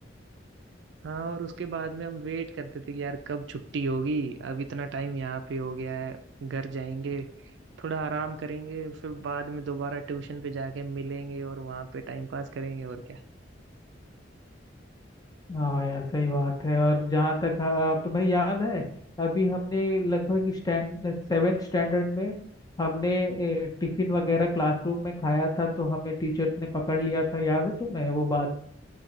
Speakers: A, on the right (about 65°); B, on the left (about 20°).
A: हाँ और उसके बाद में हम वेट करते थे कि यार कब छुट्टी होगी अब इतना टाइम यहाँ पे हो गया है घर जाएंगे थोड़ा आराम करेंगे फिर बाद में दोबारा ट्यूशन पे जाके मिलेंगे और वहाँ पे टाइम पास करेंगे और
B: हाँ यार सही बात है और जहाँ तक आ, तुम्हें याद है अभी हमने लगभग स्टैंड सेवेंथ स्टैंडर्ड में हमने ए, टिफिन वगैरह क्लासरूम में खाया था तो हमें टीचर ने पकड़ लिया था याद है तुम्हें वो बात